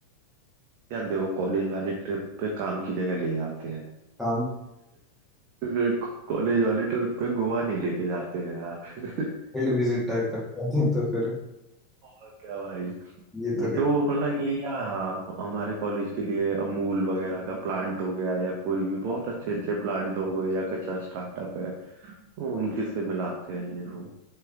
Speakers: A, on the right; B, in the centre.
A: यार देखो कॉलेज वाले ट्रिप पे काम की जगह ले जाते हैं
B: काम
A: <laughs> कॉलेज वाले ट्रिप पे गोवा नहीं लेके जाते हैं यार
B: फील्ड
A: <laughs>
B: विजिट टाइप कर जाते हैं तो फिर
A: और क्या भाई
B: ये तो
A: तो मतलब ये या हमारे कॉलेज के लिए अमूल वगैरह का प्लांट हो गया या कोई भी बहुत अच्छे अच्छे प्लांट हो गए या कच्चा स्टार्टअप है वो उनके से मिलाते हैं ये वो